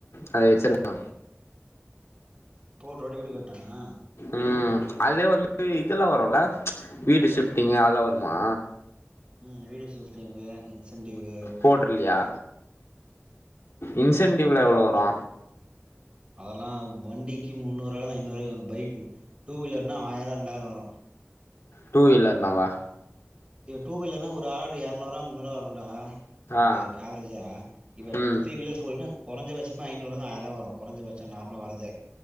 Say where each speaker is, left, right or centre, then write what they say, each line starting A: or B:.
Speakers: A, on the left (about 85°); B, on the right (about 25°).
A: அது வச்சிருக்கா
B: போட்ரு ஓட்டி வீடு கட்டானா
A: ம் அதுலே வந்து இதெல்லா வருல்ல வீடு ஷிஃப்ட்டிங்கு ஆல்லா வருமா
B: ம் வீடு ஷிஃப்டிங்கு இன்சென்டிவூ
A: போட்ருலையா இன்சென்டிவ்லா எவ்ளோ வரு
B: அதெல்லா வண்டிக்கு முன்னூறுவாலந்து ஐநூறு வரு பைக்கிங் டூ வீலர்னா ஆயிர ரெண்டாயிர வரு
A: டூ வீலர்னாவா
B: ஏ டூவீலர்னா ஒரு ஆர்டரு எரநூறுவா முன்னூறுவா வருண்டா கொறைந்த
A: ஆ
B: ஆவரேஜா இப்ப
A: ம்
B: த்ரீ வீலர் ஃபோர் வீலர்னா கொறைஞ்சபட்சமா ஐநூறுவாருந்து ஆயிரூவா வரு கொறைஞ்சபட்சோ நார்மலா வர்றதே